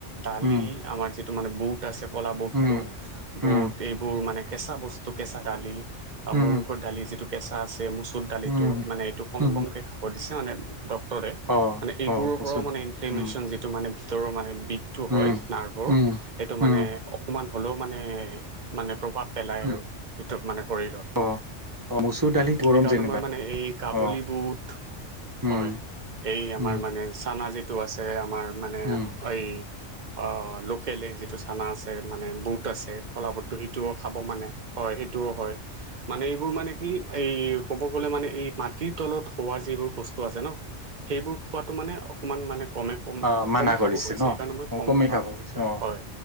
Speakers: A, on the right (about 45°); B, on the right (about 15°).
A: দালি
B: উম
A: আমাৰ যি টো, মানে বুট আছে কলা বুটটো
B: উম
A: বুট
B: উম
A: এইবোৰ মানে কেঁচা বস্তু কেঁচা দালি আ
B: উম
A: মুগৰ দালি যিটো কেঁচা আছে মচুৰ দালিটো
B: উম
A: মানে এইটো কম,
B: উম
A: কমকে খাব দিছে মানে ড্ক্তৰে
B: অ
A: মানে এইবোৰৰ
B: অ মচুৰ
A: পৰাও মানে
B: দালিটো
A: ইনফ্লেমেশ্যন
B: উম
A: যিটো মানে ভিতৰৰ মানে বিষটো হয়
B: উম
A: নাৰ্ভৰ
B: উম
A: সেইটো মানে
B: উম
A: অকমান হ'লেও মানে মানে প্ৰভাৱ পেলায়
B: উম
A: আৰু ভিতৰত মানে শৰীৰত।
B: অ অ মচুৰ দালিত গৰম
A: সেইকাৰণে
B: যেনিবা
A: মই মানে এই কাবুলী
B: অ
A: বুট হয়
B: উম
A: এই আমাৰ
B: উম
A: মানে চানা যিটো আছে আমাৰ মানে
B: উম
A: এই অ লোকেল এই যি টো চানা আছে মানে বুট আছে, ক'লা বুটটো সেইটোও খাব মানে হয়, সেইটোও হয়। মানে এইবোৰ মানে কি এই ক'ব গ'লে মানে এই মাটিৰ তলত হোৱা যিবোৰ বস্তু আছে ন, সেইবোৰ খোৱা তো মানে অকমান মানে কমে। কম
B: অ মানা
A: কমেই
B: কৰিছে
A: খাব কৈছে
B: ন
A: সেইকাৰণে মই
B: মোকো
A: কম
B: নেখাব
A: খাওঁ
B: কৈছে অ।
A: হয়